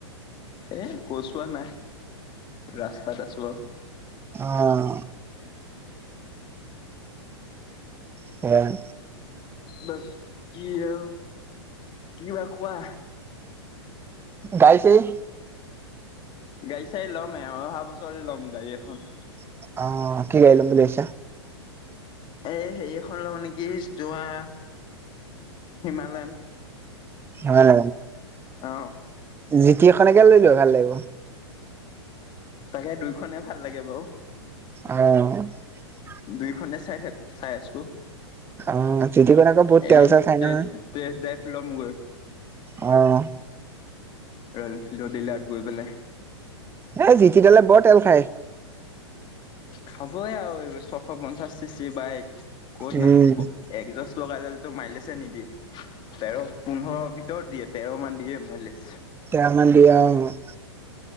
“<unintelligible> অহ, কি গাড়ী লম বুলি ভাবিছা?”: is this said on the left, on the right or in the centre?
Right